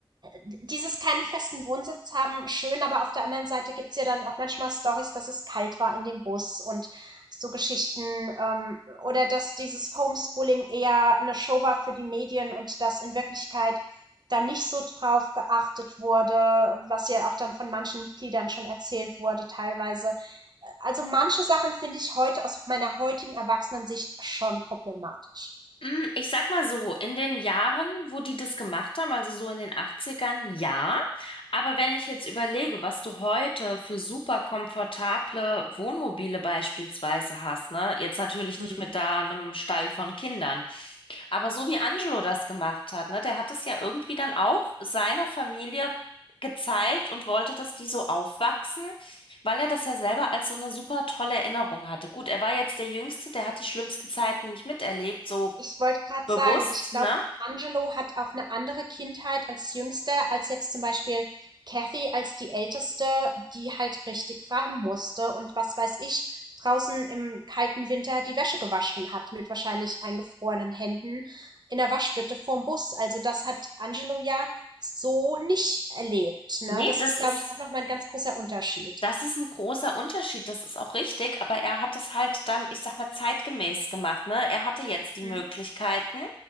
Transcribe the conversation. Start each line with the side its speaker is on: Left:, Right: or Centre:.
Right: dieses keinen festen Wohnsitz haben, schön, aber auf der anderen Seite gibt's ja dann auch manchmal Stories, dass es kalt war in dem Bus und so Geschichten ähm, oder dass dieses Homeschooling eher eine Show war für die Medien und dass in Wirklichkeit da nicht so drauf geachtet wurde, was ja auch dann von manchen Mitgliedern schon erzählt wurde teilweise. Also manche Sachen finde ich heute aus meiner heutigen Erwachsenensicht schon problematisch.
Left: Mm, Ich sag mal so, in den Jahren, wo die das gemacht haben, also so in den Achtzigern, ja. Aber wenn ich jetzt überlege, was du heute für super komfortable Wohnmobile beispielsweise hast, ne? Jetzt natürlich
Right: Mhm.
Left: nicht mit da einem Stall von Kindern, aber so wie Angelo das gemacht hat, ne? Der hat es ja irgendwie dann auch seiner Familie gezeigt und wollte, dass die so aufwachsen, weil er das ja selber als so eine super tolle Erinnerung hatte. Gut, er war jetzt der Jüngste, der hat die schlimmsten Zeiten nicht miterlebt, so
Right: Ich wollte gerade
Left: bewusst,
Right: sagen, ich glaube,
Left: ne?
Right: Angelo hat auch eine andere Kindheit als Jüngster, als jetzt zum Beispiel Kathy als die Älteste, die halt richtig ran musste und was weiß ich, draußen im kalten Winter die Wäsche gewaschen hat mit wahrscheinlich eingefrorenen Händen in der Waschbütte vorm Bus. Also das hat Angelo ja so nicht erlebt, ne?
Left: Nee,
Right: Das
Left: das
Right: ist,
Left: ist,
Right: glaube ich, auch nochmal ein ganz großer Unterschied.
Left: das ist ein großer Unterschied, das ist auch richtig, aber er hat das halt dann, ich sag mal, zeitgemäß gemacht, ne? Er hatte jetzt die
Right: Mhm.
Left: Möglichkeiten,